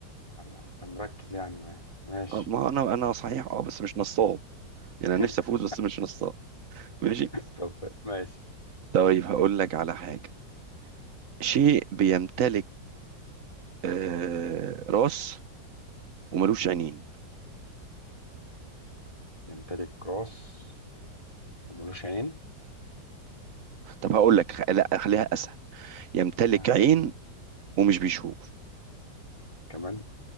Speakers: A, on the left; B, on the right.
A: هلا أنت مركز يعني معايا ماشي
B: آه، ما انا انا صحيح اه بس مش نصاب يعني
A: <laughs>
B: انا نفسي افوز بس مش نصاب ماشي
A: طب ماشي
B: طيب هقول لك على حاجه شيء بيمتلك آه راس وملوش عينين
A: يمتلك راس وملوش عين
B: طب هقول لك خ- لا خليها اسهل يمتلك
A: ها.
B: عين ومش بيشوف
A: كمان